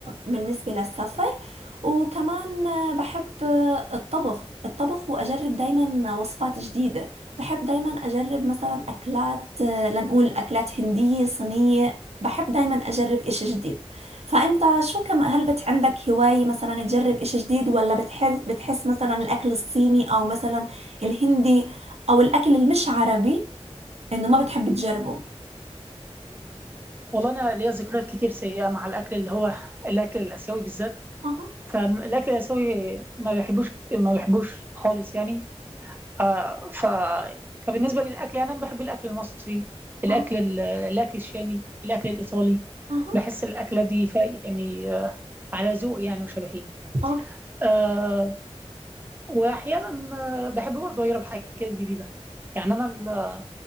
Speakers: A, on the right; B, on the right.
A: بالنسبة للسفر وكمان بحب الطبخ الطبخ وأجرب دايما وصفات جديدة بحب دايما أجرب مثلا أكلات لنقول أكلات هندية صينية بحب دايما أجرب إشي جديد فأنت شو كم هل بت عندك هواية مثلا تجرب إشي جديد ولا بتحس بتحس مثلا الأكل الصيني أو مثلا الهندي أو الأكل المش عربي إنه ما بتحب تجربه؟
B: والله أنا ليا ذكريات كتير سيئة مع الأكل اللي هو الأكل الآسيوي بالذات
A: أها
B: فالاكل الاسيوي ما بحبوش ما بحبوش خالص يعني آه ف فبالنسبه للاكل يعني انا بحب الاكل المصري الاكل
A: اه
B: ال- الاكل الشامي الاكل الايطالي
A: اه
B: بحس الاكله دي فا يعني آه على ذوق يعني وشبهي
A: اه
B: آه واحيانا آه، بحب برضه اجرب حاجات جديده يعني انا ال-